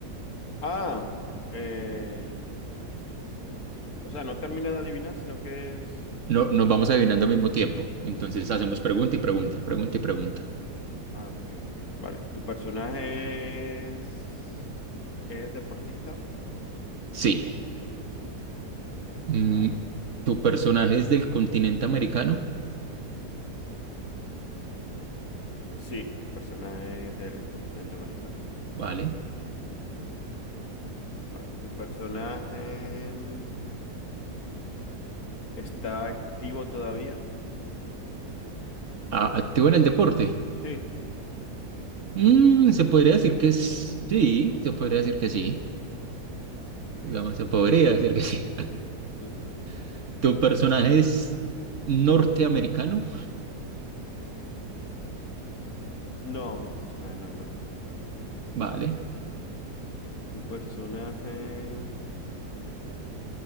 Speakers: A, on the left (about 60°); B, on the right (about 50°).
A: Ah, eh, o sea, no terminas de adivinar, sino que es...
B: No, nos vamos adivinando al mismo tiempo. Entonces hacemos pregunta y pregunta, pregunta y pregunta.
A: Ah, ok, ok. Vale. ¿Tu personaje es, es deportista?
B: Sí. Mm,
A: Vale.
B: ¿tu personaje es del continente americano?
A: Sí, mi personaje es del continente americano.
B: Vale.
A: Vale. ¿Tu personaje mm, está activo todavía?
B: ¿A- ¿Activo en el deporte?
A: Sí.
B: Mm, se podría decir que sí. Se podría decir que sí. Digamos,
A: Ok.
B: se podría decir que sí.
A: <laughs>
B: <laughs> ¿Tu personaje es norteamericano?
A: No, mi personaje no es norteamericano.
B: Vale.
A: ¿Tu personaje mm,